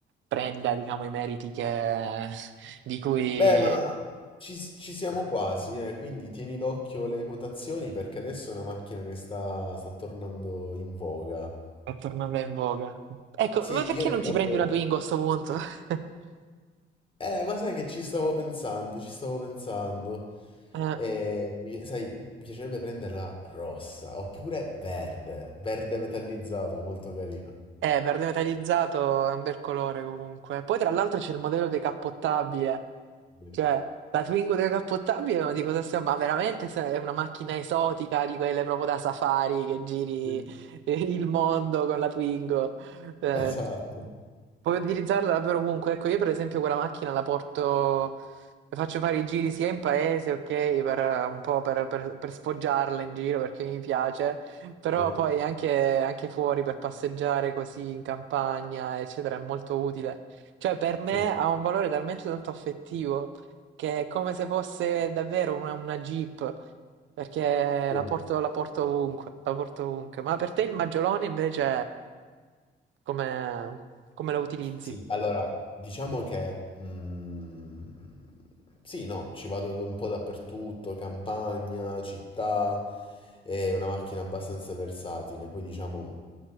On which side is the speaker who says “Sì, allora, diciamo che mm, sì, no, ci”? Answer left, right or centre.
Left